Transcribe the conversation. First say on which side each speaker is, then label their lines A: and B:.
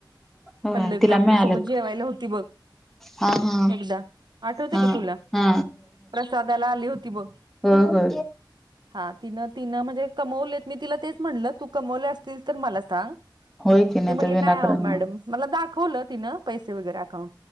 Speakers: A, in the centre; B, on the right.
A: होय
B: पल्लवी
A: तिला
B: आपल्यासोबत
A: मिळालेत
B: जेवायला होती बघ
A: हा हा
B: एकदा आठवते
A: हा
B: का तुला
A: हा
B: प्रसादाला आली होती बघ
A: हो हा
B: हा तिनं तिनं म्हणजे कमवलेत मी तिला तेच म्हणलं तू कमवले असतील तर मला सांग
A: होय की
B: ते म्हणले
A: तर विनाकारण
B: नाही मॅडम
A: हम्म
B: मला दाखवलं तिनं अउं